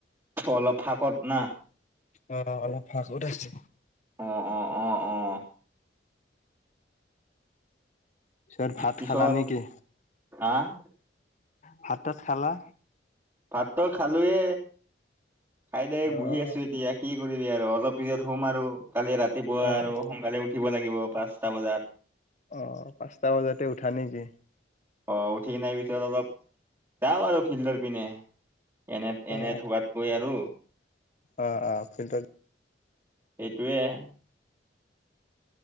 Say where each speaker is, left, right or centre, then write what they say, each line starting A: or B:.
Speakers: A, on the right; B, on the left.
A: অলপ ফাকত না
B: অ অলপ ফাকত আছে
A: অ অ অ অ
B: পিছত ভাত
A: পিছত
B: খালা নেকি?
A: আহ
B: ভাত থাত খালা
A: ভাতটো খালোয়ে খাই দাই
B: অ',
A: বহি আছো এতিয়া কি কৰিবি আৰু অলপ পিছত শুম আৰু কালি ৰাতিপুৱা
B: অ'।
A: আৰু সোনকালে উঠিব লাগিব পাঁচটা বজাত
B: অ পাঁচটা বজাতে উঠা নেকি?
A: অ উঠি নাই পিছত অলপ যাম আৰু ফিল্ডৰ পিনে এনে
B: অ
A: এনে থকাতকৈ আৰু
B: অ অ ফিল্ডত
A: সেইটোৱে